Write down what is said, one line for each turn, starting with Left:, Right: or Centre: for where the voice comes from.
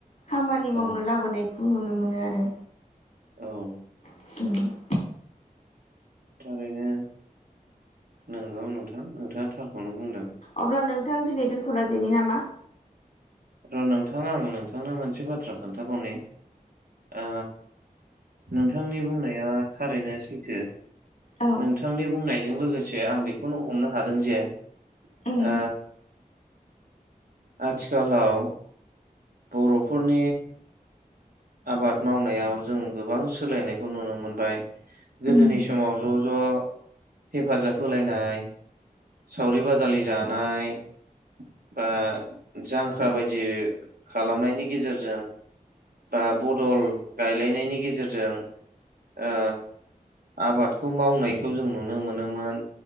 Left: खामानि
Right: औ
Left: मावनो लाबोनायखौ नुनो मोनो आरो
Right: औ
Left: <inaudible>
Right: थारैनो नंगौ नोंथां नोंथाङा थारखौनो बुंदों
Left: अब्ला नोंथां दिनै दोनथ'लायदोनि नामा
Right: र' नोंथां आं नोंथांनो मोनसे बाथ्रा खोन्थाबावनि ओ नोंथांनि बुंनाया थारैनो सैथो
Left: औ
Right: नोंथांनि बुंनायजों लोगोसे आं बेखौनो हमनो हादों जे
Left: उम
Right: ओ आथिखालाव बर'फोरनि आबाद मावनायाव जों गोबां सोलायनायखौ नुनो मोनबाय गोदोनि
Left: उम
Right: समाव ज' ज' हेफाजाब होलायनाय सावरि बादालि जानाय बा जांख्रा बायदि खालामनायनि गेजेरजों बा बदल गायलायनायनि गेजेरजों ओ आबादखौ मावनायखौ जों नुनो मोनोमोन।